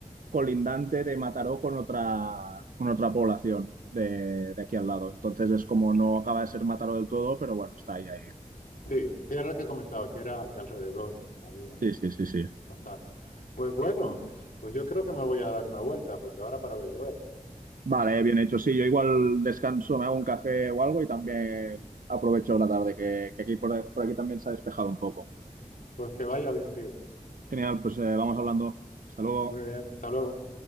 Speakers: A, on the right (about 75°); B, on the left (about 85°).
A: colindante de Mataró con otra, con otra población de, de aquí al lado. Entonces es como no acaba de ser Mataró del todo, pero bueno, está ahí, ahí.
B: sí, sí, era lo que comentaba, que era que alrededor habían
A: Sí, sí, sí, sí.
B: bastante. Pues bueno, pues yo creo que me voy a dar una vuelta, porque ahora ha parado de llover.
A: Vale, bien hecho. Sí, yo igual descanso, me hago un café o algo y también aprovecho la tarde, que, que aquí por, por aquí también se ha despejado un poco.
B: Pues que vaya bien, tío.
A: Genial, pues eh, vamos hablando. Hasta luego.
B: Muy bien, hasta luego.